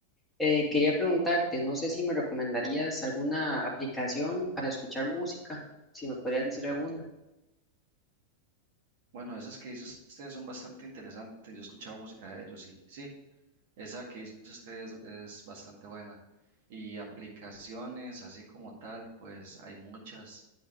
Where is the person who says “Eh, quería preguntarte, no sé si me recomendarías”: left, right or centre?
Centre